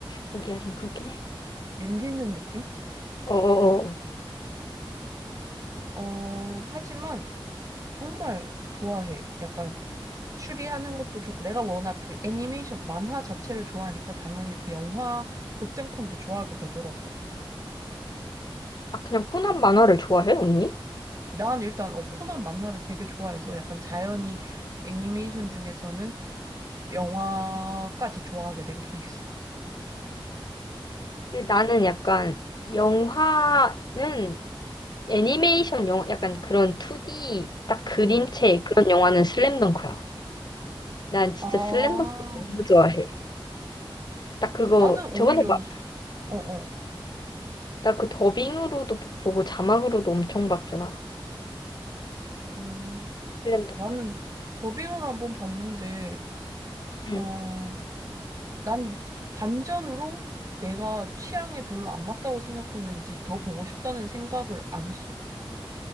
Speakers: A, on the left; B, on the right.
A: 보기가 좀 그렇긴 해.
B: 밀리는 느낌?
A: 어어어.
B: 어, 하지만 정말 좋아해. 약간 추리하는 것도 좋고 내가 워낙 그 애니메이션 만화 자체를 좋아하니까 당연히 그 영화 극장판도 좋아하게 되더라고.
A: 아, 그냥 코난 만화를 좋아해, 언니?
B: 난 일단 어, 코난 만화를 되게 좋아해서 약간 자연히 애니메이션 중에서는 영화까지 좋아하게 된 케이스.
A: 근데 나는 약간 영화는 애니메이션 영화, 약간 그런 2D 딱 그림체
B: 응.
A: 그런 영화는 슬램덩크야. 난 진짜
B: 아,
A: 슬램덩크 너무 좋아해. 나 그거
B: 나는 오히려
A: 저번에 막,
B: 수- 어, 어.
A: 나 그 더빙으로도 보고 자막으로도 엄청 봤잖아.
B: 음,
A: 슬램덩크.
B: 나는 더빙으로 한번 봤는데
A: 응.
B: 어 난 반전으로 내가 취향에 별로 안 맞다고 생각했는지 더 보고 싶다는 생각을 안 했어.